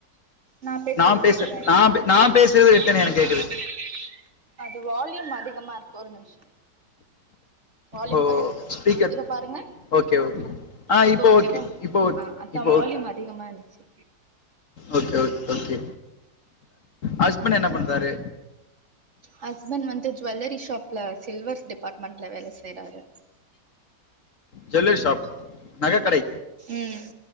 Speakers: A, on the right; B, on the left.
A: நான் பேசுறது
B: நா பேச
A: கேக்குதா இப்போ
B: நா நா பேசுறது
A: நான்
B: ரிட்டன்
A: பேசுறது
B: எனக்கு கேக்குது
A: தெரியாது அது வால்யூம் அதிகமா இருக்கு ஒரு நிமிஷம் வால்யூம்
B: ஓ
A: கம்மி பண்ணிக்கிற
B: ஸ்பீக்கர்
A: இப்ப பாருங்க
B: ஓகே ஓகே ஆ
A: இப்ப
B: இப்போ
A: ஓகேவா
B: ஓகே இப்போ ஓகே
A: ஆ அதா
B: இப்போ
A: வால்யூம்
B: ஓகே
A: அதிகமா இருந்துச்சு
B: ஓகே ஓகே ஹஸ்பண்ட் என்ன பண்றாரு
A: ஹஸ்பண்ட் வந்து ஜுவல்லரி ஷாப்ல சில்வர் டிபார்ட்மெண்ட்ல வேல செய்யறாரு
B: ஜுவல்லரி ஷாப் நகைக்கடை
A: ம்